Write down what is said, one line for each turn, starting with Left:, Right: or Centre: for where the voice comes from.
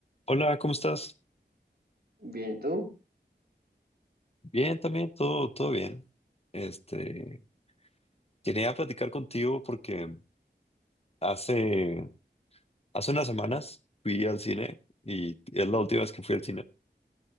Left: Hola, ¿cómo estás?
Right: Bien, ¿y ¿tú?
Left: Bien, también, todo, todo bien. Este, quería platicar contigo porque hace, hace unas semanas fui al cine y es la última vez que fui al cine